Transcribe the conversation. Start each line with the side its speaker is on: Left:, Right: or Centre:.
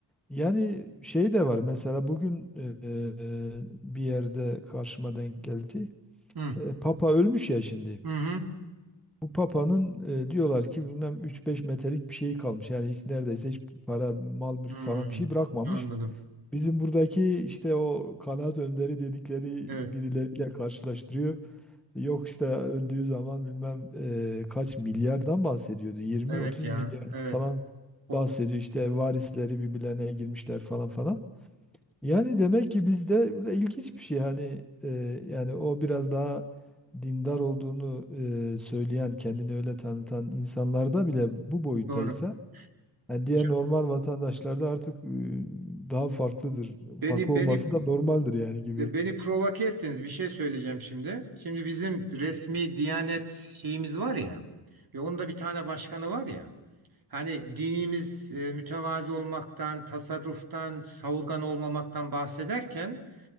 Centre: Yani şey de var mesela bugün e, e, bir yerde karşıma denk geldi.
Right: Hı
Centre: E, Papa ölmüş ya şimdi.
Right: hı.
Centre: Bu Papa'nın e, diyorlar ki bilmem üç beş metrelik bir şeyi kalmış. Yani hiç neredeyse hiç para, mal, mülk
Right: Hı.
Centre: falan bir
Right: Hı.
Centre: şey bırakmamış.
Right: Anladım.
Centre: Bizim buradaki işte o kanaat önderi dedikleri
Right: Evet.
Centre: birileriyle karşılaştırıyor. Yok işte öldüğü zaman bilmem eee, kaç milyardan bahsediyordu. 20-30
Right: Evet ya.
Centre: milyardan
Right: Evet.
Centre: falan
Right: O,
Centre: bahsediyor. İşte varisleri birbirlerine girmişler falan falan. Yani demek ki bizde bu da ilginç bir şey. Hani eee, yani o biraz daha dindar olduğunu eee, söyleyen, kendini öyle tanıtan insanlarda bile bu boyuttaysa
Right: doğru.
Centre: yani diğer
Right: Hocam
Centre: normal vatandaşlarda artık e, daha farklıdır.
Right: beni
Centre: Farklı
Right: beni
Centre: olması da normaldir yani gibi.
Right: E, Beni provoke ettiniz. Bir şey söyleyeceğim şimdi. Şimdi bizim resmi Diyanet şeyimiz var ya. Ve onun da bir tane başkanı var ya. Hani dinimiz e, mütevazi olmaktan, tasarruftan, savurgan olmamaktan bahsederken